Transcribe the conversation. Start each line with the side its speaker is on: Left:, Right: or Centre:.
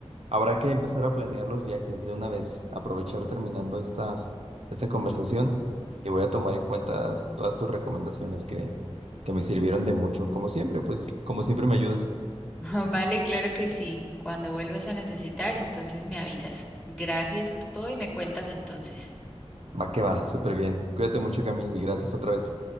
Right: habrá que empezar a planear los viajes de una vez. Aprovechar terminando esta, esta conversación y voy a tomar en cuenta todas tus recomendaciones que, que me sirvieron de mucho. Como siempre, pues, como siempre me ayudas.
Centre: <laughs> Vale, claro que sí. Cuando vuelvas a necesitar, entonces me avisas. Gracias por todo y me cuentas entonces.
Right: Va que va, súper bien. Cuídate mucho, Cami, y gracias otra vez.